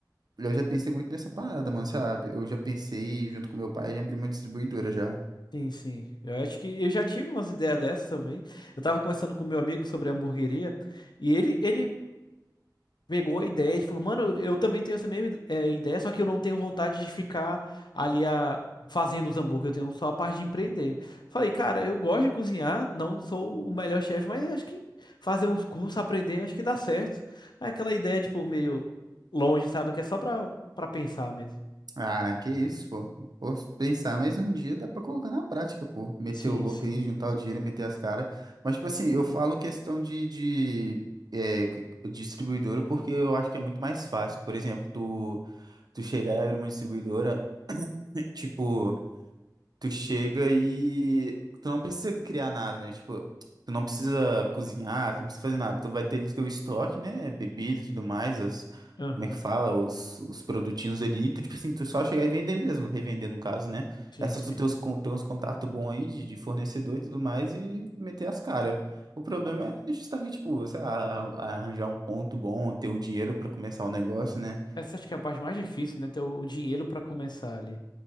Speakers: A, on the right; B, on the left.
A: Eu já pensei muito nessa parada, mano, sabe? Eu já pensei junto com meu pai em abrir uma distribuidora já.
B: Sim, sim. Eu acho que eu já tive umas ideias dessas também. Eu tava conversando com meu amigo sobre a hamburgueria e ele, ele pegou a ideia, ele falou, mano, eu também tenho essa mesma eh, ideia, só que eu não tenho vontade de ficar ali a, fazendo os hambúrguer, eu tenho só a parte de empreender. Falei, cara, eu gosto de cozinhar, não sou o melhor chefe, mas acho que fazer uns cursos, aprender, acho que dá certo. É aquela ideia, tipo, meio longe, sabe, que é só pra, pra pensar mesmo.
A: Ah, que isso, pô. Posso pensar, mas um dia dá pra colocar na prática, pô. Meter
B: Sim,
A: o louco
B: sim.
A: aí, juntar o dinheiro, meter as caras. Mas, tipo assim, eu falo questão de, de é, c- distribuidora porque eu acho que é muito mais fácil. Por exemplo, tu, tu chegar e abrir uma distribuidora, <clears throat> tipo tu chega e tu não precisa criar nada, né? Tipo, tu não precisa cozinhar, tu não precisa fazer nada. Tu vai ter ali teu estoque, né? Bebida e tudo mais, os,
B: Aham,
A: como é que fala? Os, os produtinhos ali. Então, tipo assim, tu só chegar e vender mesmo, revender no caso, né?
B: Sim,
A: É só
B: sim.
A: tu ter uns, con- ter uns contatos bons aí de, de fornecedor e tudo mais e meter as caras. O problema é justamente, tipo, sei lá, arranjar um ponto bom, ter o dinheiro pra começar o negócio, né?
B: Essa acho que é a parte mais difícil, né? Ter o o dinheiro pra começar ali.